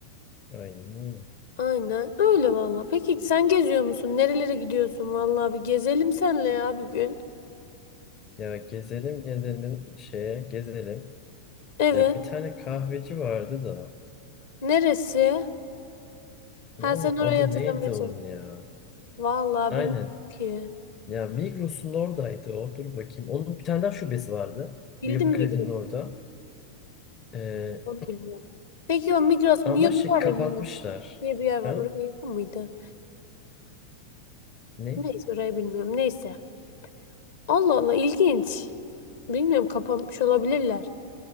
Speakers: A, on the left (about 30°); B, on the left (about 55°).
A: Aynen öyle.
B: Aynen öyle valla. Peki sen geziyor musun? Nerelere gidiyorsun valla? Bir gezelim senle ya bir gün.
A: Ya gezelim gezelim şeye gezelim.
B: Evet.
A: Ya bir tane kahveci vardı da.
B: Neresi? Ha
A: Vallahi
B: sen orayı
A: adı
B: hatırlamaya
A: neydi
B: çalış.
A: onun ya?
B: Valla
A: Aynen.
B: bilmiyorum ki.
A: Ya Migros'un oradaydı o. Dur bakayım. Onun bir tane daha şubesi vardı.
B: Bildim
A: Bu Yapı Kredi'nin
B: Migros.
A: orada. Ee,
B: Onu bilmiyorum. Peki o Migros
A: <clears throat> ama
B: Mion
A: şey
B: var
A: kapatmışlar.
B: ya Mion diye bir yer var.
A: Ha?
B: Oraya yakın mıydı?
A: Ne?
B: Neyse orayı bilmiyorum. Neyse. Allah Allah ilginç. Bilmiyorum kapamış olabilirler.